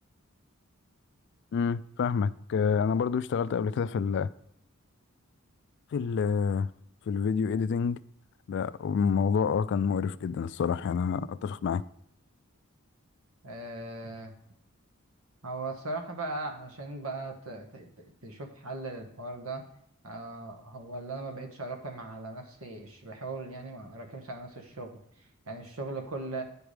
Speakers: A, on the left; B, on the right.
A: امم فاهمك آه، انا برضو اشتغلت قبل كده في ال في ال في الفيديو اديتنج لا الموضوع اه كان مقرف جدا الصراحه يعني انا اتفق معاك
B: آه هو الصراحة بقى عشان بقى ت- ت- ت- تشوف حل للحوار ده آه هو اللي أنا ما بقتش أراكم على نفسي الش- بحاول يعني ما أراكمش على نفسي الشغل يعني الشغل كل